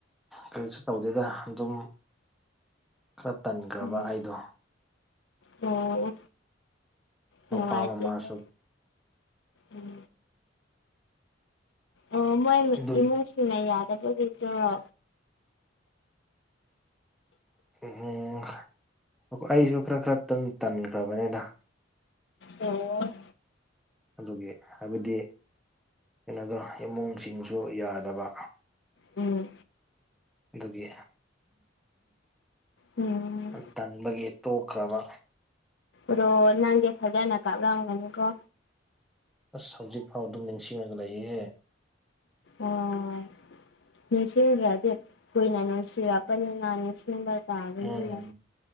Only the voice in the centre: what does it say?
ꯀꯔꯤꯁꯨ ꯇꯧꯗꯦꯗ ꯑꯗꯨꯝ ꯈꯔ ꯇꯟꯈ꯭ꯔꯕ
ꯑꯩꯗꯣ
ꯃꯄꯥ
ꯃꯃꯥꯁꯨ
ꯑꯗꯨꯒꯤ
ꯎꯝ ꯑꯩꯈ‌ꯣꯏ ꯑꯩꯁꯨ ꯈꯔ ꯈꯔꯇꯪ ꯇꯟꯈ꯭ꯔꯕꯅꯤꯗ
ꯑꯗꯨꯒꯤ ꯍꯥꯏꯕꯗꯤ ꯏꯪꯉꯗꯔ‌ꯣ ꯏꯃꯨꯡꯁꯤꯡꯁꯨ ꯌꯥꯗꯕ
ꯑꯗꯨꯗꯤ
ꯑ ꯇꯟꯕꯒꯤ ꯇꯣꯛꯈ꯭ꯔꯕ
ꯑꯁ ꯍꯧꯖꯤꯛ ꯐꯥꯎ ꯑꯗꯨꯝ ꯅꯤꯡꯁꯤꯡꯉꯒ ꯂꯩꯌꯦꯍꯦ
ꯎꯝ